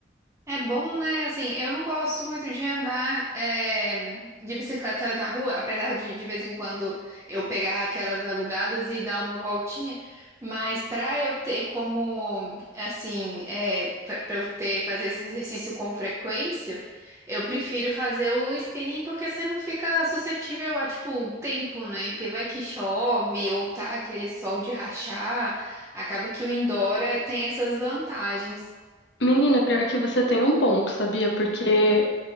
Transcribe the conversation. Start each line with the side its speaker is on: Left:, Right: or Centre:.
Right: É bom, né? Assim, eu não gosto muito de andar eh, de bicicleta na rua, apesar de de vez em quando eu pegar aquelas alugadas e dar uma voltinha. Mas para eu ter como, assim, é, para eu ter fazer esse exercício com frequência, eu prefiro fazer o spinning porque você não fica suscetível a, tipo, tempo, né? Porque vai que chove ou tá aquele sol de rachar, acaba que o indoor eh, tem essas vantagens.
Left: Menina, pior que você tem um ponto, sabia? Porque